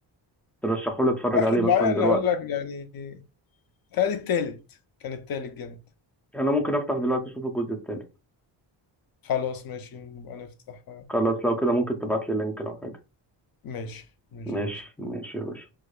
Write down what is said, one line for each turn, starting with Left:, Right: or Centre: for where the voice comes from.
Centre: ترشحوا لي اتفرج
Left: واحد
Centre: عليه مثلا
Left: معين
Centre: دلوقتي
Left: اقول لك يعني تالي التالت كان التالت جامد
Centre: يعني انا ممكن افتح دلوقتي اشوف الجزء التالت
Left: خلاص ماشي نبقى نفتح
Centre: خلاص لو كده ممكن تبعت لي لينك لو حاجه
Left: ماشي ماشي
Centre: ماشي
Left: ماشي
Centre: ماشي يا باشا